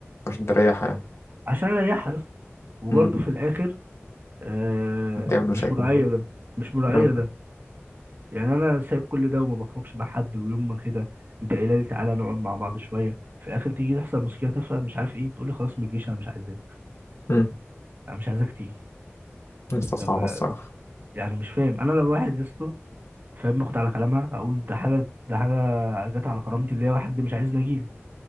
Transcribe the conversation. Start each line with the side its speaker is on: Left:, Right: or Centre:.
Left: عشان تريح يعني
Right: عشان اريحها يا اسطى وبرده
Left: امم
Right: في الاخر آه
Left: تعمل مشاكل
Right: مش مراعيه ده مش مراعيه
Left: اه
Right: ده يعني انا سايب كل ده وما بخرجش مع حد ويوم ما كده انت قايله لي تعالى نقعد مع بعض شويه في الاخر تيجي تحصل مشكله تافهه مش عارف ايه تقول لي خلاص ما تجيش انا مش عايزاك
Left: امم
Right: انا مش عايزاك تيجي
Left: لسه صعبة
Right: طب
Left: الصراحة
Right: يعني مش فاهم انا لو واحد يا اسطى فاهم باخد على كلامها اقول ده حاجه ده حاجه جت على كرامتي اللي هي واحد مش عايزني اجيله